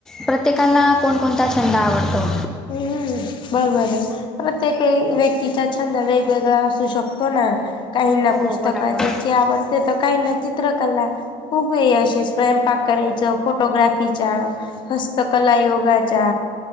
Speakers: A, in the centre; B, on the left.
A: प्रत्येकांला कोणकोणतां छंद आवडतो
B: हम्म बरोबर ए... प्रत्येकवेळी व्यक्तीचा छंद वेगवेगळा असू शकतो ना? काहीनां
A: हो
B: पुस्तक
A: बराबर.
B: वाचयचे आवडते तर... काहींना चित्रकला खूप हे अअशे... स्वयंपाक करायचं... फोटोग्राफीचा हस्तकला योगाच्या...